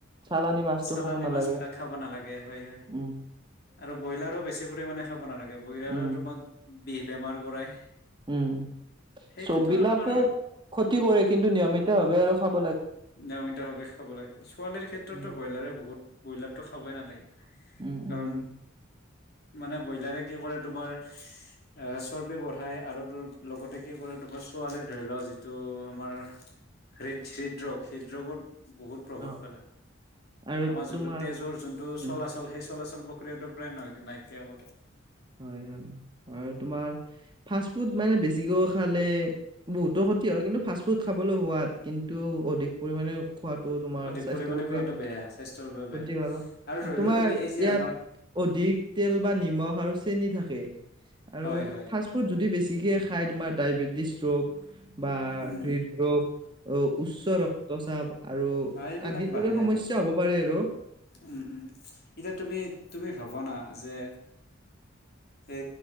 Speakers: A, on the right; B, on the left.
A: চালানী মাছটো
B: চালানি
A: খাব নালাগে
B: মাছ বিলাক খাব নালাগে হয় হয়
A: উম।
B: আৰু ব্ৰইলাৰো বেছি পৰিমাণে খাব নালাগে ব্ৰইলাৰৰোমাক
A: উম,
B: বি- বেমাৰ কৰাই।
A: উম,
B: সেইটোতো
A: চব বিলাকে
B: তোমাৰ
A: ক্ষতি কৰে কিন্তু নিয়মিত ভাৱে আৰু সাব
B: নিয়মিতভাৱে খাব লাগে, ছোৱালীৰ ক্ষেত্ৰতো
A: উম,
B: ব্ৰইলাৰে বহুত ব্ৰইলাৰো খবেই নালাগে।
A: উম,
B: কাৰণ
A: উম,
B: মানে ব্ৰইলাৰে কি কৰে তোমাৰ এ চৰ্বে বঢ়াই আৰু লগতে কি কৰে তোমাৰ পোৱালি <unintelligible> ধৰি লও যিটো আমাৰ হৃদ হৃদ্ৰ ৰোগ হৃদ ৰোগত <inaudible> বহুত প্ৰভাৱ
A: অ',
B: পেলাই,
A: আৰু
B: আমাৰ যোনটো
A: তোমাৰ
B: তেজৰ যোনটো
A: উম
B: চলাচল সেই চলাচল প্ৰক্ৰিয়াটো প্ৰায় নাইক- নাইকিয়া কৰে।
A: হয় হয় আৰু তোমাৰ ফাষ্ট ফুড মানে বেছি তিয়হ খালে বহুতো ক্ষতি হয় কিন্তু ফাষ্ট ফুড খাবলৈ সোৱাদ কিন্তু অধিক পৰিমাণে খোৱাাটো তোমাৰ
B: অধিক
A: স্বাস্থ্যৰ
B: পৰিমাণে
A: বাবে
B: খোৱাটো বেয়া স্বাস্থ্যৰ বাবে
A: ক্ষতিকাৰক,
B: বেয়া আৰু ধৰি
A: তোমাৰ
B: লোৱা তুমি এই যে
A: ইয়াত
B: আমাৰ
A: অধিক তেল বা নিমখ আৰু চেনি থাকে আৰু
B: হয় হয়
A: ফাষ্ট ফুড যদি বেছি <unintelligible> খাই তোমাৰ ডায়েবেটিছ ৰোগ বা
B: উম
A: হৃদৰোগ, উচ্চ ৰক্তচাপ আৰু
B: অ', এইবিলাক
A: আদিৰ
B: বাঢ়ে
A: দৰে সমস্যা
B: আৰু,
A: হ'ব পাৰে আৰু।
B: উম উম, এতিয়া তুমি তুমি ভাব না যে এ